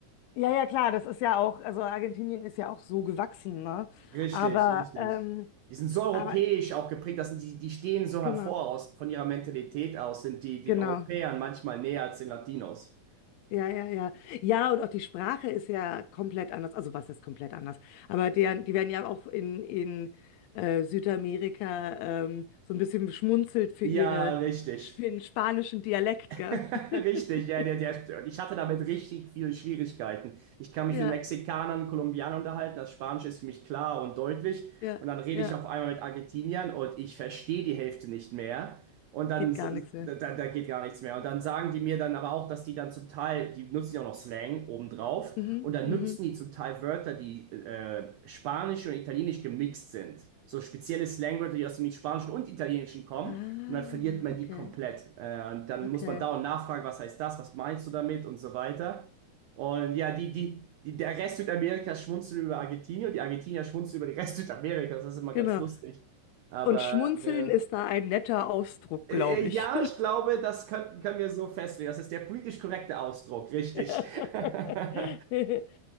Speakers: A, on the left; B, on the right.
A: Ja, ja, klar, das ist ja auch, also Argentinien ist ja auch so gewachsen, ne?
B: Richtig,
A: Aber,
B: richtig.
A: ähm,
B: Die sind so europäisch
A: aber
B: auch geprägt, das sind die, die stehen so
A: genau,
B: hervor aus, von ihrer Mentalität aus, sind die den
A: genau.
B: Europäern manchmal näher als den Latinos.
A: Ja, ja, ja. Ja, und auch die Sprache ist ja komplett anders. Also was ist komplett anders? Aber die, die werden ja auch in, in äh, Südamerika ähm, so ein bisschen beschmunzelt für
B: Ja,
A: ihre,
B: richtig.
A: für den spanischen Dialekt, gell?
B: <laughs>
A: <laughs>
B: Richtig, ja, der, der, ich hatte damit richtig viele Schwierigkeiten. Ich kann mich
A: Ja,
B: mit Mexikanern, Kolumbianern unterhalten, das Spanische ist für mich klar und deutlich.
A: ja,
B: Und dann rede
A: ja.
B: ich auf einmal mit Argentiniern und ich verstehe die Hälfte nicht mehr. Und dann,
A: Geht
B: s-
A: gar nichts mehr.
B: da, da, da geht gar nichts mehr. Und dann sagen die mir dann aber auch, dass die dann zum Teil, die nutzen ja auch noch Slang obendrauf.
A: Mhm,
B: Und dann
A: mhm.
B: nutzen die zum Teil Wörter, die äh, Spanisch und Italienisch gemixt sind. So spezielle Slangwörter, die aus dem Spanischen und Italienischen kommen.
A: Ah,
B: Und dann verliert man
A: okay,
B: die komplett. Äh, und dann
A: okay.
B: muss man dauernd nachfragen, was heißt das, was meinst du damit und so weiter. Und ja, die, die, die, der Rest Südamerikas schmunzelt über Argentinien und die Argentinier schmunzeln über den Rest Südamerikas. Das ist immer
A: Genau.
B: ganz lustig. Aber
A: Und schmunzeln
B: ja.
A: ist da ein netter Ausdruck,
B: äh,
A: glaube
B: äh, ja,
A: ich.
B: ich glaube, das können, können wir so festlegen. Das ist der politisch korrekte Ausdruck, richtig.
A: <laughs>
B: <laughs>